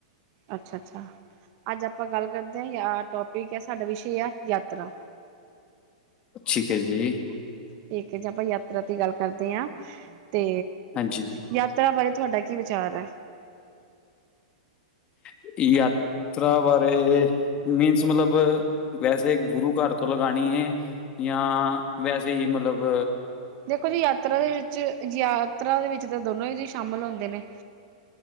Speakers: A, on the right; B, on the left.
A: ਅੱਛਾ-ਅੱਛਾ ਅੱਜ ਆਪਾਂ ਗੱਲ ਕਰਦੇ ਹਾਂ ਯ ਟੋਪਿਕ ਹੈ ਸਾਡਾ ਵਿਸ਼ੇ ਆ ਯਾਤਰਾ
B: ਠੀਕ ਏ ਜੀ।
A: ਠੀਕ ਹੈ ਜੀ ਆਪਾਂ ਯਾਤਰਾ ਦੀ ਗੱਲ ਕਰਦੇ ਹਾਂ ਤੇ
B: ਹਾਂਜੀ
A: ਯਾਤਰਾ ਬਾਰੇ ਤੁਹਾਡਾ ਕੀ ਵਿਚਾਰ ਐ।
B: <inaudible> ਯਾਤਰਾ ਬਾਰੇ ਮੀਨਸ ਮਤਲਬ ਵੈਸੇ ਗੁਰੂ ਘਰ ਤੋਂ ਲਗਾਨੀ ਏ। ਜਾਂ ਵੈਸੇ ਈ ਮਲਬ
A: ਦੇਖੋ ਜੀ ਯਾਤਰਾ ਦੇ ਵਿੱਚ ਯਾਤਰਾ ਦੇ ਵਿੱਚ ਤਾਂ ਦੋਨੋ ਹੀ ਜੀ ਸ਼ਾਮਿਲ ਹੁੰਦੇ ਨੇ।